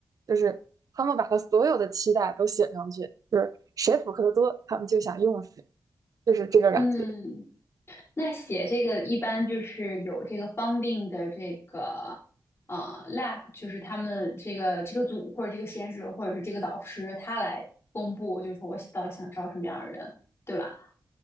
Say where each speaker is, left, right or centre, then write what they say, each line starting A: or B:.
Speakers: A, on the right (about 55°); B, on the left (about 35°).
A: 就是他们把他所有的期待都写上去，就是谁符合的多，他们就想用谁，就是这个感觉。
B: 嗯。那写这个一般就是有这个 funding 的这个啊 lab，就是他们这个这个组或者这个实验室或者是这个导师他来公布，就是说我到底想招什么样的人，对吧？